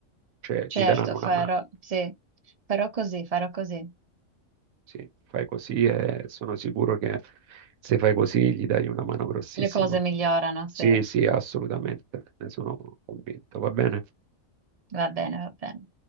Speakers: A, on the right; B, on the right.
A: cioè
B: Certo,
A: gli daranno una
B: farò,
A: mano.
B: sì. Farò così, farò così.
A: Sì, fai così e sono sicuro che se fai così gli dai una mano grossissima.
B: Le cose migliorano,
A: Sì,
B: sì.
A: sì, assolutamente, ne sono convinto, va bene?
B: Va bene, va bene.